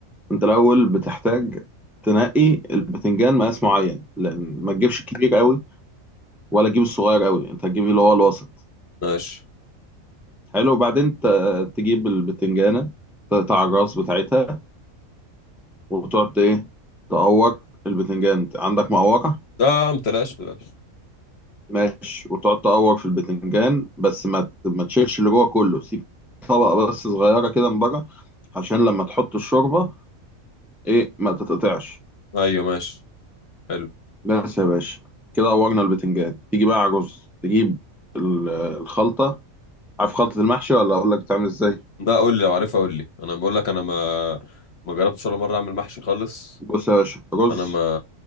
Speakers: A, in the centre; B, on the left.
A: انت الاول بتحتاج تنقي البتنجان مقاس معين لان ما تجيبش الكبير قوي ولا تجيب الصغير قوي انت هتجيب اللي هو الوسط
B: ماشي
A: حلو وبعدين ت- تجيب البتنجانة تقطع الراس بتاعتها وتقعد ايه تقور البتنجان عندك مقورة
B: اه متلاش بلاش
A: ماشي وتقعد تقور في البتنجان بس ما ت- ما تشيلش اللي جوه كله سيب طبقة بس صغيرة كده من بره عشان لما تحط الشوربة ايه ما تتقطعش
B: أيوه ماشي حلو
A: بس يا باشا كده قورنا البتنجان تيجي بقى على الرز تجيب ال- الخلطة عارف خلطة المحشي ولا أقول لك بتعمل ازاي
B: لا قول لي لو عارفها قول لي أنا بقول لك أنا ما ما جربتش ولا مرة أعمل محشي خالص
A: بص يا باشا رز
B: أنا ما